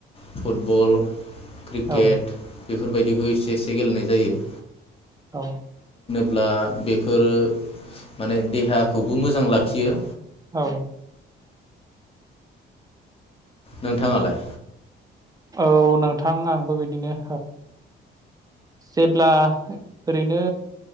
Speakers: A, on the left (about 30°); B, on the right (about 20°).
A: फुटबल क्रिकेट
B: औ
A: बेफोरबायदिखौ एसे एसे गेलेनाय जायो
B: औ
A: ब्ला बेफोरो माने देहाखौबो मोजां लाखियो
B: औ
A: नोंथाङालाय
B: औ नोंथां आंबो बिदिनो जेब्ला ओरैनो